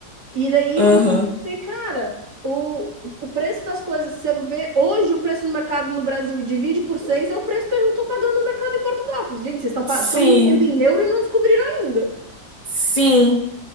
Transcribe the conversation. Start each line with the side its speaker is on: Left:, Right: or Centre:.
Right: E daí
Left: Uhum.
Right: eu olhei e falei, cara, o, o preço das coisas, se você vê hoje o preço no mercado no Brasil e divide por seis, é o preço que eu estou pagando no mercado em Portugal. Eu falei, gente, vocês estão
Left: Sim.
Right: vivendo em euro e não descobriram ainda.
Left: Sim.